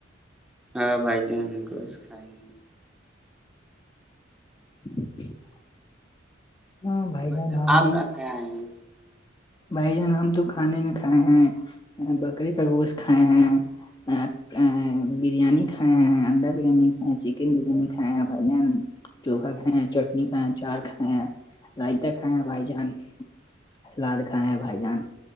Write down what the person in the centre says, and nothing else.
ہاں بھ جانکش کائے
بس
آپ
کیا کہاں ہیں